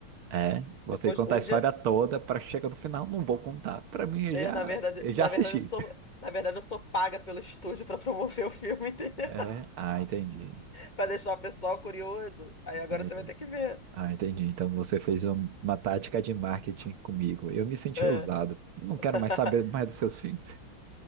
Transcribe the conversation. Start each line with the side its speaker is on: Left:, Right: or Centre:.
Right: é, você
Left: Depois,
Right: conta
Left: um
Right: a história
Left: dia,
Right: toda para chegar no final, não vou contar. Para mim, eu
Left: é,
Right: já,
Left: na verdade,
Right: eu já
Left: na
Right: assisti.
Left: verdade eu sou, na verdade eu sou paga pelo estúdio para promover o filme, <laughs> entendeu?
Right: É, ah, entendi.
Left: Para deixar o pessoal curioso. Aí agora
Right: Ah,
Left: você
Right: entendi.
Left: vai ter que ver.
Right: Ah, entendi. Então você fez um- uma tática de marketing comigo. Eu me senti
Left: É.
Right: usado. Não
Left: <laughs>
Right: quero mais saber mais dos seus filhos.